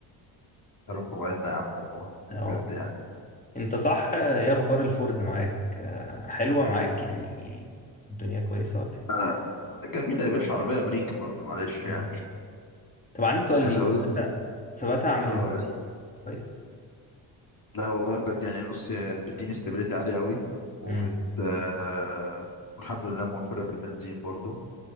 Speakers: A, on the left; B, on the left.
A: يا رب وعدنا يا عم والله
B: اه
A: بجد
B: والله.
A: يعني
B: انت صح ايه اخبار الفورد معاك اه، حلوة معاك يعني الدنيا كويسة ولا ايه
A: أنا جميلة يا باشا عربية أمريكي برضه معلش
B: مم.
A: يعني
B: طب عندي سؤال
A: عايز
B: ليك
A: أقول
B: ثباتها
A: لك كده
B: ثباتها عامل
A: اه
B: ازاي
A: يا اسطى
B: كويس
A: لا والله بجد يعني بص هي بتديني استابيليتي عالية قوي وبت
B: امم
A: آه، والحمد لله موفرة في البنزين برضه